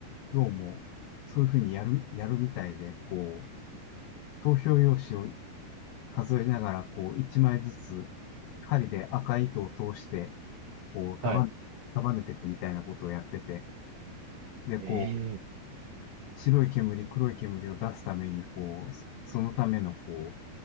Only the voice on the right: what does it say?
はい。
ええ